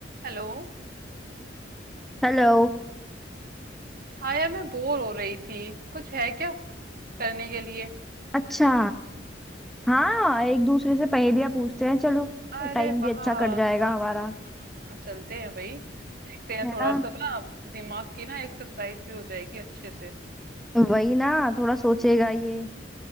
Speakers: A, on the right; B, in the centre.
A: Hello
B: Hello
A: हाँ यार मैं बोर हो रही थी कुछ है क्या करने के लिए
B: अच्छा हाँ एक दूसरे से पहेलियां पूछते हैं चलो
A: अरे
B: टाइम
A: वाह
B: भी अच्छा
A: हाँ
B: कट जाएगा
A: हाँ
B: हमारा
A: हाँ हाँ, चलते हैं भाई देखते हैं
B: है
A: थोड़ा
B: ना
A: सा ना दिमाग की ना एक्सरसाइज भी हो जाएगी अच्छे से
B: वही ना थोड़ा सोचेगा ये